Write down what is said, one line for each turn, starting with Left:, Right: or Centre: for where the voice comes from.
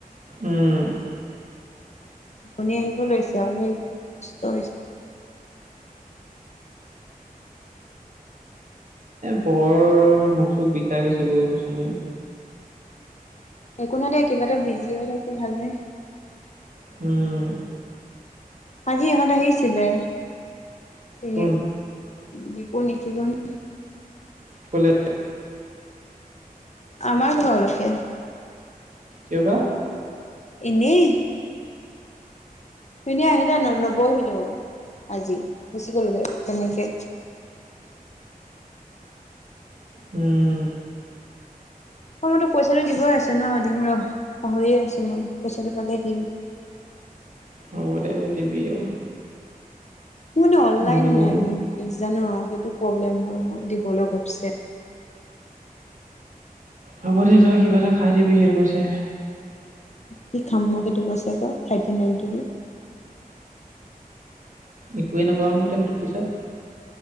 Right: উম
Left: টোপনি আহিব লৈছে আৰু সেই কষ্ট হৈছে।
Right: পৰ মুখ চুখ বিষাই গৈছে <unintelligible>
Left: একো দে কিবা এটা বিজি হৈ থাকো ভালে।
Right: উম
Left: আজি ইহঁত আহিছিলে এই
Right: কোন
Left: দপু <unintelligible>
Right: কলে
Left: আমাৰ ঘৰলৈকে।
Right: কিয়বা
Left: এনেই এনেয় আহিলে নৱ খুৰীদেউ আজি গুচি গলোগে তেনেকে
Right: উম
Left: মইতো পইচাটো দিবই আছে ন দিম ৰ আছো মই পইচাটো পালেই দিম।
Right: উ হ'ব দে দিবি আৰু।
Left: মোৰ অনলাইন
Right: নিদিলেও
Left: নাই
Right: ন
Left: জানো সেইটো প্ৰব্লেম হয় মোক দিবলৈ ঘপচে
Right: হব দে তই কিবা এটা খাই দিবি খেইটো পইচা।
Left: কি খাম মই সেইটো পইচাৰে আ কৌ থাৰ্টি নাইন ট
Right: একোৱে নাপাওঁ নে ত সেইটো পইছাত?